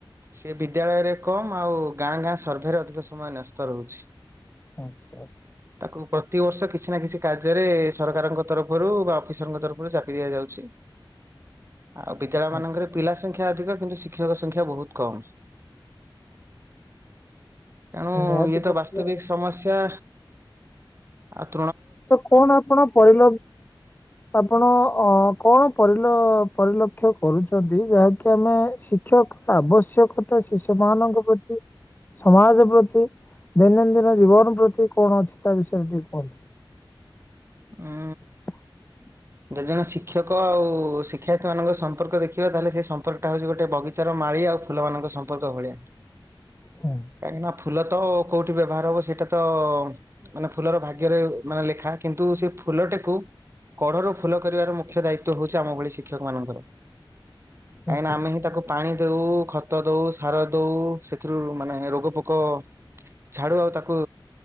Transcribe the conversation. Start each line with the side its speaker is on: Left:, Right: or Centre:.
Right: ସେ ବିଦ୍ୟାଳୟରେ କମ୍ ଆଉ ଗାଁ ଗାଁ ସର୍ଭେରେ ଅଧିକ ସମୟ ନ୍ୟସ୍ତ ରହୁଛି।
Left: ଆଛା
Right: ତାକୁ ପ୍ରତିବର୍ଷ କିଛି ନା କିଛି କାର୍ଯ୍ୟରେ ସରକାରଙ୍କ ତରଫରୁ ବା ଅଫିସରଙ୍କ ତରଫରୁ ଚାପି ଦିଆଯାଉଛି ଆଉ ପତାଳା ମାନଙ୍କର
Left: ଆଚ୍ଛା
Right: ପିଲା ସଂଖ୍ୟା ଅଧିକ କିନ୍ତୁ ଶିକ୍ଷକ ସଂଖ୍ୟା ବହୁତ କମ୍ ତେଣୁ
Left: ନିହାତି
Right: ଇଏ ତ
Left: ପକ୍ଷେ।
Right: ବାସ୍ତବିକ ସମସ୍ୟା ଆଛ
Left: ତ କଣ ଆପଣ ପରିଲ ଆପଣ ଅ କଣ ପରିଲ ପରିଲକ୍ଷ୍ୟ କରୁଛନ୍ତି ଯାହାକି ଆମେ ଶିକ୍ଷକର ଆବଶ୍ୟକତା ଶିଷ୍ୟ ମାନଙ୍କ ପ୍ରତି ସମାଜ ପ୍ରତି ଦୈନନ୍ଦିନ ଜୀବନ ପ୍ରତି କଣ ଅଛି ତା ବିଷୟରେ ଟିକେ କୁହନ୍ତୁ।
Right: ହଁ
Left: <unintelligible>
Right: ଦୁଇ ଜଣ ଶିକ୍ଷକ ଆଉ ଶିକ୍ଷା ମଙ୍କ ସମ୍ପର୍କ ଦେଖିବା ତାହେଲେ ସେ ସମ୍ପର୍କ ଟା ହଉଛି ଗୋଟେ ବଗିଚାର ମାଳିଆ ଆଉ ଫୁଲମାନଙ୍କ ସମ୍ପର୍କ ଭଳିଆ
Left: ହୁଁ
Right: କାଇଁନାଥ ଫୁଲ ତ କୋଉଠି ବ୍ୟବହାର ହବ ସେଇଟା ତ ମାନେ ଫୁଲର ଭାଗ୍ୟରେ ମାନେ ଲେଖା କିନ୍ତୁ ସେ ଫୁଲଟାକୁ କଢରୁ ଫୁଲ କରିବାର ମୁଖ୍ୟ ଦାୟିତ୍ଵ ହଉଛି ଆମ ଭଳି ଶିକ୍ଷକ ମାନଙ୍କର କାହିଁକିନା
Left: ଆଚ୍ଛା
Right: ଆମେ ହିଁ ତାକୁ ପାଣି ଦଉ ଖତ ଦଉ ସାର ଦଉ ସେଥିରୁ ମାନେ ରୋଗ ପୋକ ଝାଡୁ ଆଉ ତାକୁ